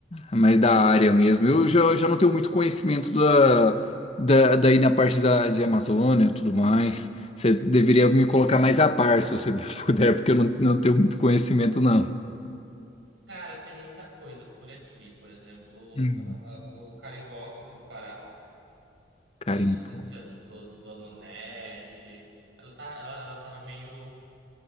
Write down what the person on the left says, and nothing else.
mais da área mesmo. Eu já, já não tenho muito conhecimento da, da, daí na parte da, de Amazônia e tudo mais. Você deveria me
colocar mais a par, se você <laughs> puder, porque eu não, não tenho muito conhecimento, não.
Hum,
Garimpo.